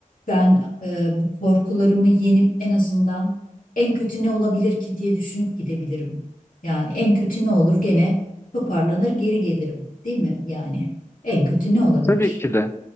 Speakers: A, on the left; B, on the left.
A: ben e, bu korkularımı yenip en azından en kötü ne olabilir ki diye düşünüp gidebilirim. Yani en kötü ne olur gene toparlanır geri gelirim, değil mi? Yani en kötü ne olabilir?
B: Tabii ki de.